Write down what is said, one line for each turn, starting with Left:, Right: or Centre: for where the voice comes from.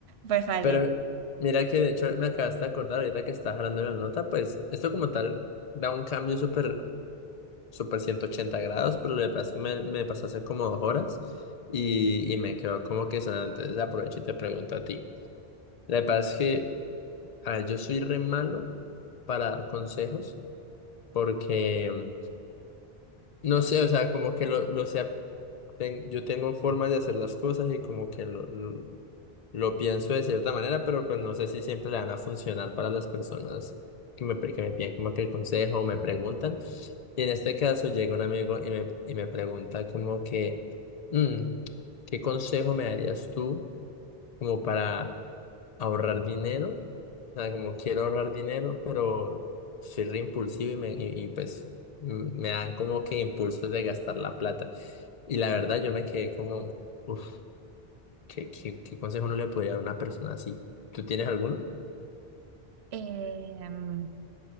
Right: Pues vale.
Left: Pero mi- mira que de hecho me acabaste de acordar ahorita que estás hablando de la nota, pues esto como tal da un cambio súper super ochenta grados, pero lo le pasa es que me, me pasó hace como dos horas y, y me quedó como que sonando. Entonces aprovecho y te pregunto a ti. Lo que pasa es que a ver, yo soy re malo para dar consejos porque mm, no sé, o sea, como que lo, lo sea, ten- yo tengo formas de hacer las cosas y como que lo, lo- Lo pienso de cierta manera, pero pues no sé si siempre le van a funcionar para las personas que me, pre- que me piden como que el consejo o me preguntan. Y en este caso llega un amigo y me, y me pregunta como que, "Mm, ¿qué consejo me darías tú como para ahorrar dinero? O sea, como quiero ahorrar dinero, pero soy re impulsivo y, me, y, y, pues mm, me dan como que impulsos de gastar la plata. Y la verdad yo me quedé como... "Uf, ¿Qué, qué, qué consejo no le podría dar a una persona así? ¿Tú tienes alguno?
Right: Em,